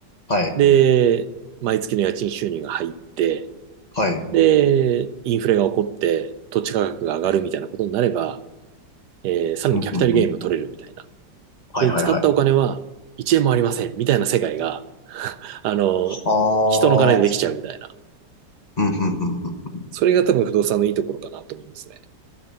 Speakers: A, on the left; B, on the right.
A: はい。
B: で、毎月の家賃収入が入って、
A: はい。
B: で、インフレが起こって土地価格が上がるみたいなことになれば、えーさらにキャピタルゲインも取れるみたいな。
A: うん、うん、うん。はい、
B: で、
A: はい、
B: 使ったお金は1円もありませんみたいな世界が、
A: はい。
B: あの、
A: ああ。
B: 人の金でできちゃうみたいな。
A: うん、うん、うん
B: それが多分不動産のいいところかなと思いますね。